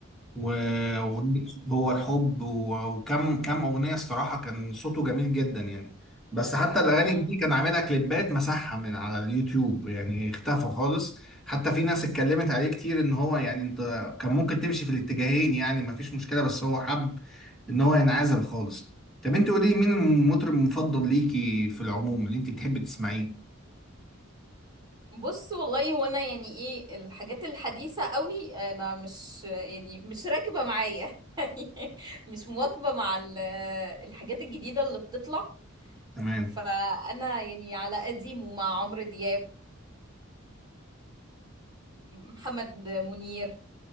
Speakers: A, in the centre; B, on the right.
A: وأغنية هو الحب و- وكم كم أغنية الصراحة كان صوته جميل جدا يعني بس حتى الأغاني
B: اه
A: دي كان عاملها كليبات مسحها من على اليوتيوب يعني اختفى خالص حتى في ناس اتكلمت عليه كتير إن هو يعني أنت كان ممكن تمشي في الاتجاهين يعني مفيش مشكلة بس هو حب إن هو ينعزل خالص طب أنت قولي مين المطرب المفضل ليكي في العموم اللي أنت بتحبي تسمعيه؟
B: بص والله هو انا يعني ايه الحاجات الحديثة قوي انا مش يعني مش راكبة معايا <laughs> يعني مش مواكبة مع ال- الحاجات الجديدة اللي بتطلع
A: تمام
B: فانا يعني على قديمه مع عمرو دياب محمد منير